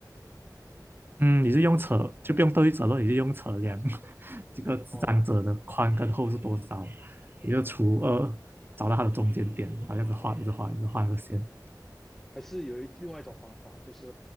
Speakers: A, on the right; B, in the centre.
A: 嗯，你是用尺，
B: 就是呃，
A: 就不用对折了，你是用尺量 <laughs> 这个纸张折的宽跟厚是多少，
B: 哦，
A: 你就除二，找到它的中间点，然后一样画，一直画，一直画那个线。
B: 还是有一另外一种方法，就是